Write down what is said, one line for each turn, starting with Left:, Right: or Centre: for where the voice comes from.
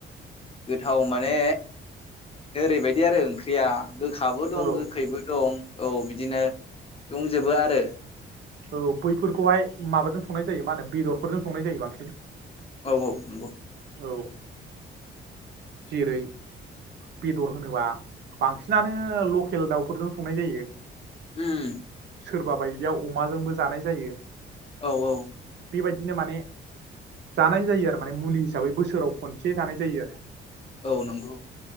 Left: गोथाव माने ओरैबायदि आरो ओंख्रिया गोखाबो दं
Right: औ
Left: गोखैबो दं औ बिदिनो दंजोबो आरो ओ <inaudible>
Right: औ बैफोरखौहाय माबाजों संनाय जायो मा होनो बेदरफोरजों संनाय जायो बांसिन
Left: औ औ नंगौ।
Right: औ। जेरै बेदर होनोबा बांसिनानो लकेल दाउफोरजों संनाय जायो।
Left: उम।
Right: सोरबा बायदिया अमाजोंबो जानाय जायो।
Left: औ औ।
Right: बेबायदिनो माने जानाय जायो आरो माने मुलि हिसाबै बोसोराव खनसे जानाय जायो आरो।
Left: औ नंगौ।